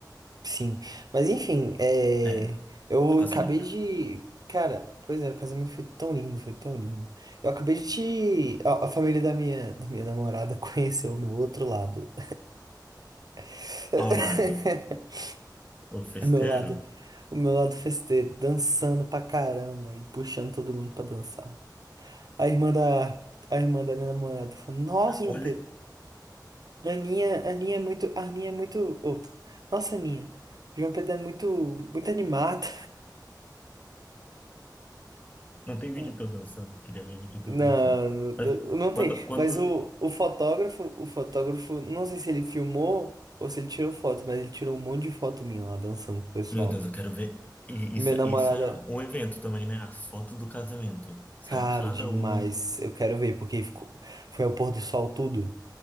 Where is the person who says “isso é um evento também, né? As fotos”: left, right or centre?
Left